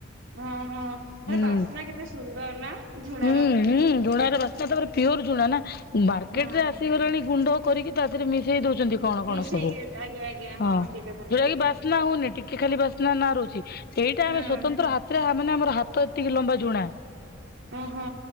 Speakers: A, on the right (about 70°); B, on the left (about 50°).
A: ହଁ ହଁ
B: ହୁଁ
A: ତାରେ ବାସ୍ନା କେତେ ସୁନ୍ଦର ନା। ଝୁଣାର।
B: ହୁଁ ହୁଁ ଝୁଣାରେ ବାସ୍ନାଟା ତାପରେ ପିଓର ଝୁଣାନା ମାର୍କେଟରେ
A: ହଁ
B: ଆସିଗଲାଣି ଗୁଣ୍ଡ କରିକି ତାଦେହରେ ମିଶେଇ ଦଉଚନ୍ତି କଣ କଣ
A: ମିଶେଇକି
B: ସବୁ
A: ଆଜ୍ଞା ଆଜ୍ଞା
B: ହଁ ଯଉଟାକି
A: ଠିକ କଥା କହିଲେ
B: ବା ବାସ୍ନା ହଉନି ଟିକେ ଖାଲି ବାସ୍ନାନା ରହୁଚି ସେଇଟା
A: ହୁଁ।
B: ଆମେ ସ୍ୱତନ୍ତ୍ର ହାତରେ ମାନେ ଆମ ହାତ ତ ଏତିକି ଲମ୍ବା ଜୁଣା।
A: ଓ ହଁ